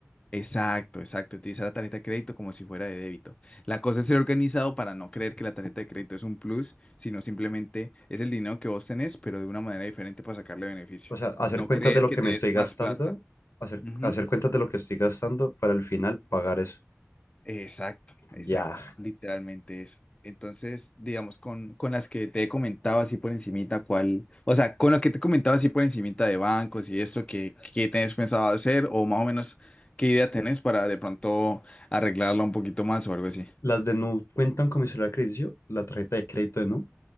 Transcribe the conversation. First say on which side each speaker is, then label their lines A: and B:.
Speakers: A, on the left; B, on the left.
A: Exacto, exacto. Utilizar la tarjeta de crédito como si fuera de débito. La cosa es ser organizado para no creer que la tarjeta de crédito es un plus, sino simplemente es el dinero que vos tenés, pero de una manera diferente para sacarle beneficio.
B: O sea, hacer
A: No
B: cuentas
A: creer
B: de lo
A: que
B: que
A: tenés
B: me estoy
A: más
B: gastando,
A: plata.
B: hacer,
A: Ujú.
B: hacer cuentas de lo que estoy gastando para al final pagar eso.
A: Exacto, exacto.
B: Ya.
A: Literalmente eso. Entonces, digamos, con, con las que te he comentado así por encimita, ¿cuál? O sea, con lo que te he comentado así por encimita de bancos y esto, ¿qué, qué tenés pensado hacer? O más o menos, ¿qué idea tenés para de pronto arreglarla un poquito más o algo así?
B: Las de Nu cuentan con mi celular crediticio, la tarjeta de crédito de Nu.